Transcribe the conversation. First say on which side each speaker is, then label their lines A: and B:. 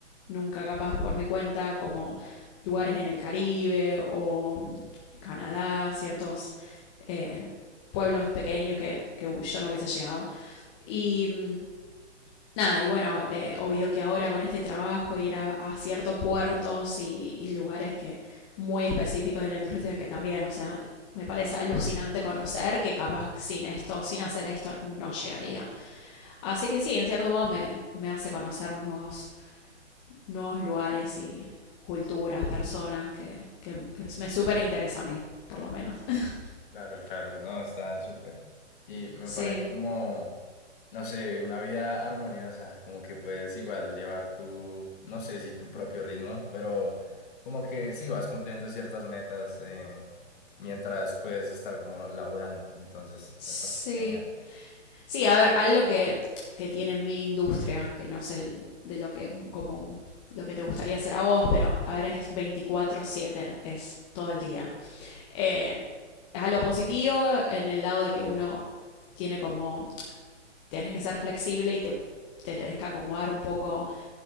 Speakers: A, on the left; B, on the left.
A: nunca capaz por mi cuenta, como lugares en el Caribe o mm, Canadá, ciertos eh, pueblos pequeños que, que yo no hubiese llegado. Y mm, nada, y bueno, eh, obvio que ahora con este trabajo ir a, a ciertos puertos y, y, lugares que muy específicos de la industria que también, o sea, me parece alucinante conocer que capaz sin esto, sin hacer esto, no llegaría. Así que sí, en cierto modo me, me hace conocer nuevos nuevos lugares y culturas, personas, que, que, que me súper interesa a mí, por lo menos. <laughs>
B: Claro, claro, no, está súper. Y me
A: Sí,
B: parece como, no sé, una vida armoniosa, como que puedes igual llevar tu, no sé si tu propio ritmo, pero como que sí vas cumpliendo ciertas metas eh, mientras puedes estar como laburando, entonces
A: sí.
B: me parece genial.
A: Sí, a ver, algo que, que tiene mi industria, que no sé de lo que, como lo que te gustaría hacer a vos, pero a ver, es veinticuatro siete es todo el día. Eh, es a lo positivo en el lado de que uno tiene como, tienes que ser flexible y te, te tenés que acomodar un poco